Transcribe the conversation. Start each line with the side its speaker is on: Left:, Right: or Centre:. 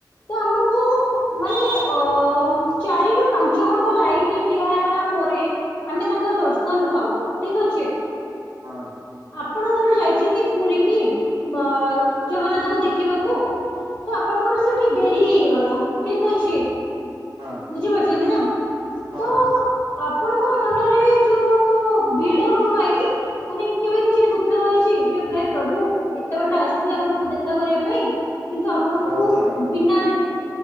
Left: ତ ଆମକୁ ମାନେ ଅ ଚାରି ରୁ ପାଞ୍ଚ ଘଣ୍ଟା ଲାଇନରେ ଠିଆ ହେଲା ପରେ ଆମେ ତାଙ୍କର ଦର୍ଶନ ପାଉ ଠିକ ଅଛି।
Right: ହଁ।
Left: ଆପଣ ଧର ଯାଇଛନ୍ତି ପୁରୀ କି ଜଗନ୍ନାଥଙ୍କୁ ଦେଖି। ଦେଖିବାକୁ ତ ଆପଣଙ୍କର ସେଠି ଡେରି ହେଇଗଲା ଠିକ୍ ଅଛି।
Right: ହଁ।
Left: ବୁଝିପାରୁଛନ୍ତି ତ?
Right: ହଁ
Left: ତ ଆପଣଙ୍କ ମନରେ ଯୋଉ ଭିଡ ପାଇଁ ମାନେ କେବେ କିଛି ଦୁଃଖ ହେଇଛି। ଯେ ପ୍ରଭୁ ଏତେ ବାଟ ଆସଥିଲେ ଆପଣଙ୍କୁ ଦେଖା କରିବା ପାଇଁ କିନ୍ତୁ ଆପଣଙ୍କୁ
Right: ବହୁତ ଥର
Left: ବିନା ଦେଖ